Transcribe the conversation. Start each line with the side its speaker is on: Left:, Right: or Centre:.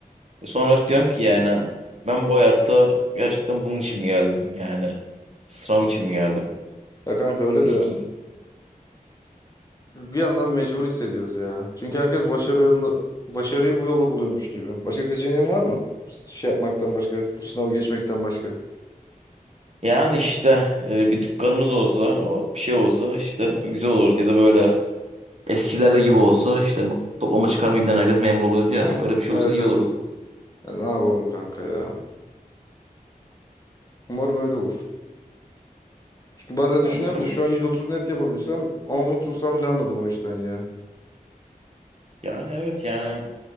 Right: sonra diyorum ki yani ben bu hayatta gerçekten bunun için mi geldim? Yani sınav için mi geldim?
Left: Ya kanka öyle
Right: Peki,
Left: de bir yandan mecbur hissediyoruz ya. Çünkü herkes başarı yolunu, başarıyı bu yolla buluyormuş gibi. Başka seçeneğin var mı? Şey yapmaktan başka, bu sınavı geçmekten başka.
Right: yani işte e, bir dükkanımız olsa o bir şey olsa işte güzel olurdu ya da böyle eskilerde gibi olsa işte toplama çıkarmayıp herkes memur oluyordu
Left: <laughs>
Right: ya öyle bir şey
Left: Evet
Right: olsa iyi
Left: evet.
Right: olurdu.
Left: Ya ne yapalım kanka ya. Umarım öyle olur. Çünkü bazen
Right: Ya
Left: düşünüyorum
Right: umarım
Left: da şu an 130 net yapabilsem ama mutsuzsam ne anladım o işten ya.
Right: yani evet yani